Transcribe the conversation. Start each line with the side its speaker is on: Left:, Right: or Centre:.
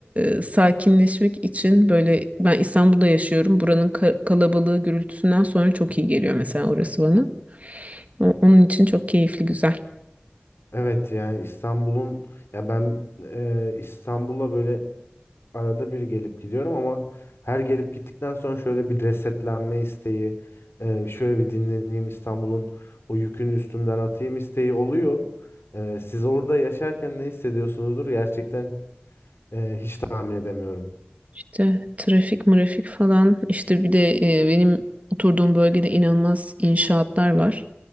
Right: e, sakinleşmek için böyle ben İstanbul'da yaşıyorum. Buranın ka- kalabalığı gürültüsünden sonra çok iyi geliyor mesela orası bana. O- onun için çok keyifli, güzel.
Left: Evet yani İstanbul'un ya ben e, İstanbul'a böyle arada bir gelip gidiyorum ama her gelip gittikten sonra şöyle bir resetlenme isteği, e, şöyle bir dinleneyim İstanbul'un o yükünü üstümden atayım isteği oluyor. E, siz orada yaşarken ne hissediyorsunuzdur gerçekten e, hiç tahmin edemiyorum.
Right: İşte trafik mırafik falan işte bir de e, benim oturduğum bölgede inanılmaz inşaatlar var.